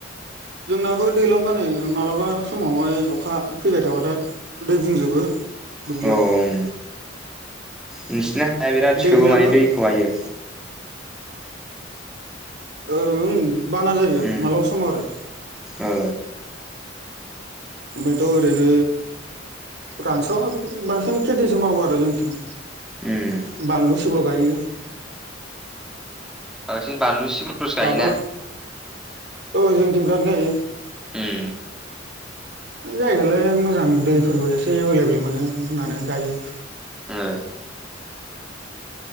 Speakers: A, on the right; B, in the centre.
A: जोंनाबो दैलांबानै मालाबा समावहाय अखा फैबाय थाबाथाय दै बुंजोबो दुब्लियाव
B: औ उम नोंसिना हाया बिराद
A: दैमायाबो
B: सोबो माने दैखौ हायो
A: ओं। बाना जायो
B: उम
A: मालाबा समाव आरो
B: ओ
A: ओमफ्रायथ ओरैनो रानस बांसिन खेथिसो मावो आरो जोंथिं।
B: उम
A: बानलु सिब्र गायो
B: बांसिन बानलु सिब्रफोरसो गायोना।
A: दाथ' औ जों दिंथिं बिराद‌ गायो।
B: ओम
A: जायदालाय मोजां दैफोरबो एसे एभेलेबेल मोनो होननानै गायो।
B: ओ